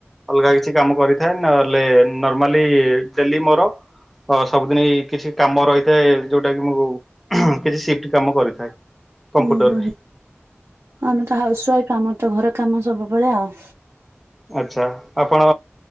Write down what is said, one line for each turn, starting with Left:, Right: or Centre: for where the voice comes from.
Centre: ଅଲଗା କିଛି କାମ କରିଥାଏ ନହେଲେ ନର୍ମାଲି ଡେଲି ମୋର ଅ- ସବୁଦିନି କିଛି କାମ ରହିଥାଏ ଯଉଟା କି ମୁଁ କିଛି ସିଫ୍ଟ୍ କାମ କରିଥାଏ। କମ୍ପ୍ୟୁଟରରେ।
Right: ଉୁଁ- ହୁଁ-ହୁଁ ଆମେ ତ ହାଉସ୍ ୱାଇଫ୍ ଆମର ତ ଘର କାମ ସବୁବେଳେ ଆଉ।
Centre: ଆଛା ଆପଣ